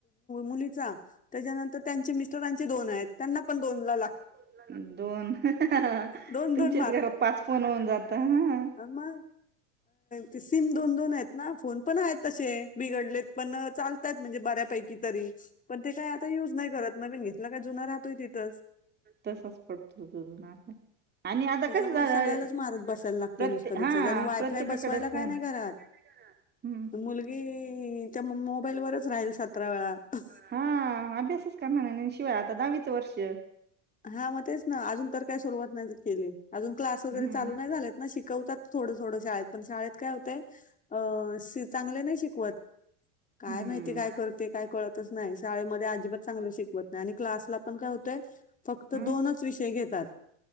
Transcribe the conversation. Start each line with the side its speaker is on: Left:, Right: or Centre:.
Left: मुलीचा, त्यानंतर त्यांचे मिस्टरांचे दोन आहेत. त्यांना पण दोन ला
Right: त्यांना पण दोनला लागतो. दोन,
Left: दोन
Right: तुमच्याच
Left: दोन
Right: घरात पाच फोन होऊन जात. हं
Left: अन मग, ते सिम दोन -दोन आहेत ना, फोन- पण आहेत तसे बिघडलेत, पण चालतात म्हणजे बऱ्यापैकी तरी पण ते काय आता युज नाही करत, नवीन घेतला काय जुना राहतोय तिथंच.
Right: तसाचं पडतो तो जुना फोन. आणि आता
Left: त्याच्यामुळे
Right: कसं झालं,
Left: सगळ्यालाच
Right: त्यामुळं सगळयांलाच
Left: मारत बसायला लागतोय
Right: माराय लागतो.
Left: नुसतं रिचार्ज
Right: हा
Left: आणि वायफाय
Right: प्रत्येकाकडे
Left: बसवायला काय
Right: फोन
Left: नाही
Right: हम्म!
Left: घरात मुलगी तर मग मोबाईलवरच राहील सतरा वेळा-
Right: हा! अभ्यासच करणार नाही. शिवाय आता दहावीचं वर्ष.
Left: हा मग तेच ना, अजून तर काही सुरुवात नाही केली, अजून क्लास
Right: हम्म
Left: वगैरे चालू नाही झालेत ना, शिकवतात थोड, थोडं शाळेत, पण शाळेत काय होतयं, अ चांगले नाही शिकवत, काय
Right: हम्म
Left: माहिती काय काय करती काय कळतच नाही. शाळेमध्ये अजिबात चांगलं शिकत नाही. आणि क्लासला पण काय होतय फक्त
Right: हम्म
Left: दोनच विषय घेतात,